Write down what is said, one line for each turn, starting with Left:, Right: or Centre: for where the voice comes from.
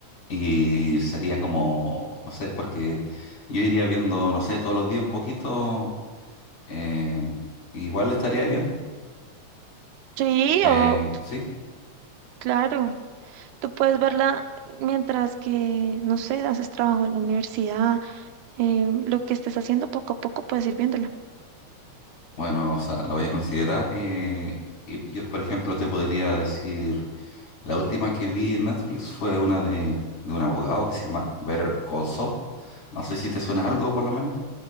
Left: y sería como, no sé, porque yo iría viendo, no sé, todos los días un poquito, eh, igual estaría bien.
Right: Sí,
Left: Eh,
Right: o
Left: sí.
Right: claro, tú puedes verla mientras que, no sé, haces trabajo en la universidad, eh, lo que estés haciendo poco a poco puedes ir viéndola.
Left: Bueno, o sea, la voy a considerar. eh, y yo, por ejemplo, te podría decir, la última que vi en Netflix fue una de, de un abogado que se llama Better Call Saul. No sé si te suena algo, por lo menos.